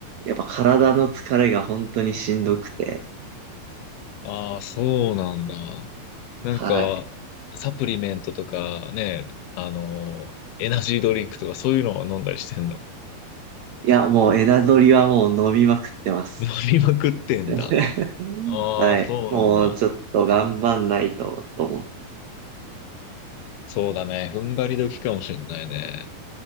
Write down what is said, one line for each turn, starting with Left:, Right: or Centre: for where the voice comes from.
Right: やっぱ体の疲れが本当にしんどくて、
Left: ああ、そうなんだ。なんか、
Right: はい。
Left: サプリメントとかね、あのエナジードリンクとかそういうのを飲んだりしてんの。
Right: いや、もう枝取りはもう飲みまくってます。
Left: <laughs> 飲みまくってんだ。
Right: <laughs>
Left: ああ、
Right: はい。
Left: そうなんだ。
Right: もうちょっと頑張んないと、と思う。
Left: そうだね。踏ん張り時かもしんないね。